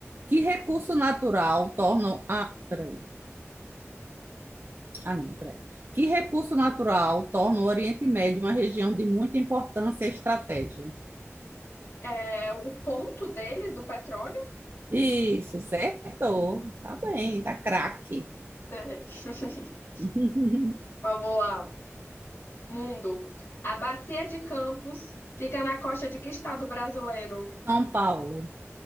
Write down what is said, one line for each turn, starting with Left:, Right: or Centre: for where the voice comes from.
Right: Que recurso natural torna a... peraí. Ah, não, peraí. Que recurso natural torna o Oriente Médio uma região de muita importância e estratégia?
Left: É o ponto deles do petróleo?
Right: Isso, certo. Tá bem, tá craque.
Left: Sei. <laughs>
Right: <laughs>
Left: Vamos lá. Mundo. A bacia de Campos fica na costa de que estado brasileiro?
Right: São Paulo.